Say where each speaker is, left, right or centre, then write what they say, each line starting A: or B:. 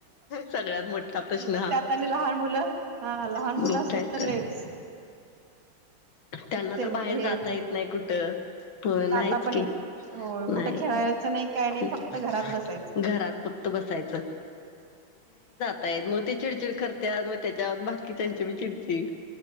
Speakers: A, on the left (about 85°); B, on the right (about 75°).
A: सगळ्यात मोठा प्रश्न
B: त्यात
A: हा
B: आणि लहान मुलं हा लहान
A: मग
B: मुलं असली
A: काय
B: तर ललेच
A: त्यांना
B: हे
A: तर बाहेर जाता
B: होतय
A: येत नाही कुठं हो नाहीच
B: आता पण
A: की
B: येत होय
A: नाही
B: कुठं खेळायचं नाही काय
A: खूप
B: नाही फक्त घरात बसायचं
A: घरात फक्त बसायचं आहेत
B: अ
A: मग ते चिडचिड करतते मग त्याच्यावर बाकीच्याचीी चिडचिड